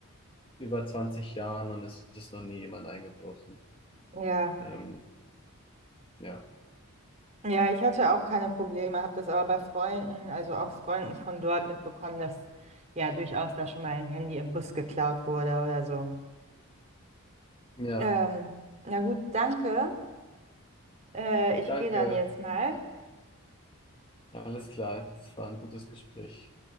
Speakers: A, on the left; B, on the right.
A: über 20 Jahren und es ist noch nie jemand eingebrochen.
B: Ja,
A: Ähm, ja.
B: ja, ich hatte auch keine Probleme, habe das aber bei Freunden, also auch Freunden von dort mitbekommen, dass ja durchaus da schon mal ein Handy im Bus geklaut wurde oder so.
A: Ja,
B: Ähm, na gut, danke. Äh, ich
A: danke.
B: gehe dann jetzt mal.
A: Alles klar. Es war ein gutes Gespräch.